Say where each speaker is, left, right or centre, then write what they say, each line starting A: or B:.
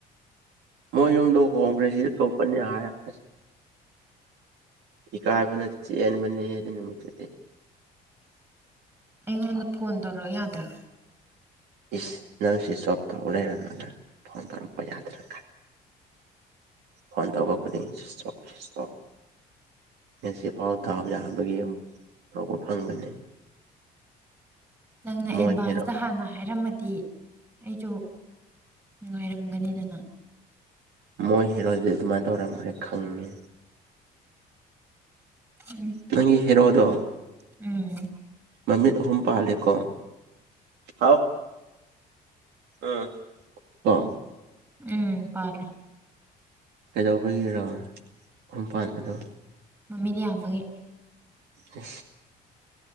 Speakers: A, on the right (about 80°); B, on the right (about 15°).
A: ꯃꯣꯏ ꯌꯨꯝꯗꯣ ꯍꯣꯡꯈ꯭ꯔꯦ ꯁꯤꯗꯤ ꯇꯣꯞꯄꯅꯤ ꯍꯥꯏꯔ ꯑꯁ꯫ ꯏꯀꯥꯏꯕꯅ ꯆ‌ꯦꯟꯕꯅ‌ꯦ ꯑꯩꯗꯤ ꯅꯨꯃꯤꯠꯇꯨꯗꯤ꯫ ꯫
B: ꯑꯩꯉꯣꯟꯗ ꯐꯣꯟ ꯇꯧꯔꫭꯛ ꯌꯥꯗ꯭ꯔꫭ꯫
A: ꯏꯁ ꯅꯪ ꯁꯤ ꯁꯣꯞꯇꯣ ꯂꯩꯔꯝꯃꯒ ꯐꯣꯟ ꯇꯧꯔꯛꯄ ꯌꯥꯗ꯭ꯔ ꯍꯟꯗ ꯀꯈꯅꯤꯁ ꯁꯁ ꯉꯁꯤꯐꯥꯎ ꯇꯥꯕ ꯌꯥꯕꯒꯤ ꯑꯃꯨꯛ ꯇꯧꯕ ꯐꯪꯕꯅꯦ
B: ꯅꯪꯅ ꯑꯦꯗꯚꯥꯟꯁꯇ
A: ꯃꯣꯏ ꯍꯦꯔꯣ
B: ꯍꯥꯟꯅ ꯍꯥꯏꯔꯝꯃꯅꯤ ꯗꯤ ꯑꯩꯁꯨ ꯅꯨꯡꯉꯥꯏꯔꯝꯒꯅꯤꯗꯅ
A: ꯃꯣꯏ ꯍꯦꯔꯣꯖꯤꯗꯤ ꯑꯗꯨꯃꯥꯏꯅ ꯇꯧꯔꯝꯃꯣꯏ ꯈꯪꯉꯦ
B: ꯎꯝ
A: ꯅꯪꯒꯤ ꯍꯦꯔꯣꯗꯣ
B: ꯎꯝ
A: ꯃꯃꯤ ꯍꯝ ꯄꯍꯂ ꯀꯣꯟ ꯍꯥꯎ ꯑ ꯑ
B: ꯎꯝ ꯄꯥꯔꯦ
A: ꯀꯩꯗꯧꯕꯒꯤ ꯔꯥꯎꯟ ꯀꯨꯝꯄꯥꯟ ꯑꯗꯣ
B: ꯃꯃꯤꯗꯤ ꯌꯥꯝꯌꯥꯝꯕꯒꯤꯦ
A: ꯎ